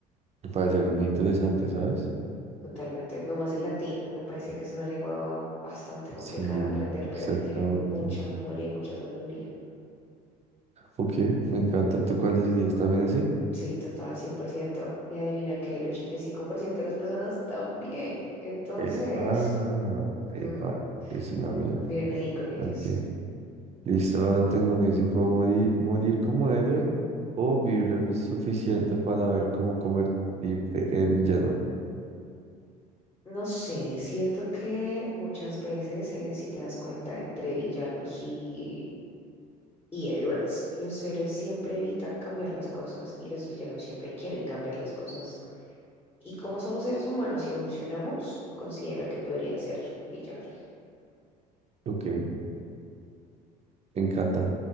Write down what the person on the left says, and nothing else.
Totalmente, no más el latín. Me parece que es una lengua bastante complicada
de aprender,
pero que tiene mucha memoria y mucha sabiduría.
Sí, total, 100%. Y adivina que el 85% de las personas también. Entonces,
ujú,
bien ahí con ellas.
No sé, siento que muchas veces, eh, si te das cuenta, entre villanos y, y héroes, los héroes siempre evitan cambiar las cosas y los villanos siempre quieren cambiar las cosas. Y como somos seres humanos y evolucionamos, considero que podría ser villano.